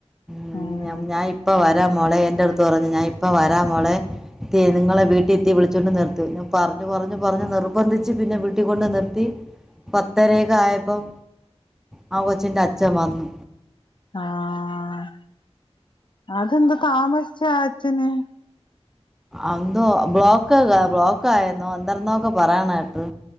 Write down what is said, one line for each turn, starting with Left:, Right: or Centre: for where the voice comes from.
Centre: ഉം
Left: ആഹ്
Centre: ഞ്ഞം ഞാൻ ഇപ്പ വരാ മോളെ. എന്റെ അടുത്ത് പറഞ്ഞു ഞാൻ ഇപ്പ വരാ മോളെ. ത്തി നിങ്ങളെ വീട്ടിത്തി വിളിച്ചോണ്ട് നിർത്ത്. ഞാൻ പറഞ്ഞു പറഞ്ഞു പറഞ്ഞ് നിർബന്ധിച്ച് പിന്നെ വി ട്ടിക്കൊണ്ട് നിർത്തി. പത്തര ഒക്കെ ആയപ്പം ആ കൊച്ചിന്റെ അച്ഛൻ വന്നു.
Left: ആഹ്. അതെന്താ താമസിച്ചാ ആഹ് അച്ഛന്
Centre: അന്തോ ബ്ലോക്ക് ബ്ലോക്ക് ആയെന്നോ? എന്തരുന്നോക്കെ പറയാണേട്ടു